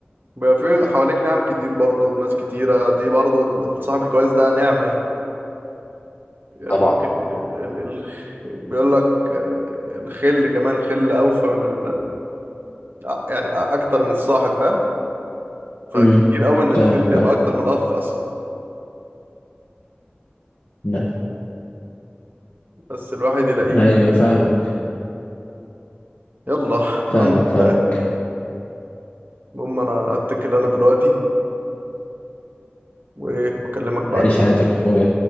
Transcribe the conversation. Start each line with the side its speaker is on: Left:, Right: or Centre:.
Right: بيبقى في حواليك نعم كتير برضو وناس كتيرة دي برضو ال- الصاحب الكويس ده نعمة يعني يعني
Left: طبعا
Right: ممكن ال ال ال بيقول لك آه، الخل كمان الخل أوفى من ال آه، يعني أكتر من الصاحب فاهم فكتير
Left: امم
Right: أوي إن الخل
Left: فاهمك
Right: يبقى
Left: اه
Right: أكتر من الأخ أصلا
Left: لا
Right: بس الواحد يلاقيه
Left: ايوه
Right: فاهم
Left: فاهمك
Right: يلا
Left: فاهمك
Right: الحمد لله
Left: فاهم
Right: المهم أنا أتكل أنا دلوقتي و- وأكلمك بعدين
Left: عيش حياتك يا اخويا